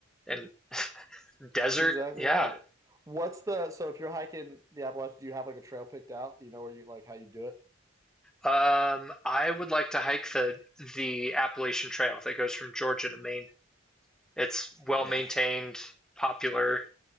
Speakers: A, in the centre; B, on the right.
A: and desert.
B: that's exactly
A: Yeah.
B: right. What's the so if you're hiking the Appalachians, do you have like a trail picked out? Do you know where you like how you do it?
A: Um, I would like to hike the the Appalachian Trail that goes from Georgia to Maine. It's well
B: Man,
A: maintained, popular.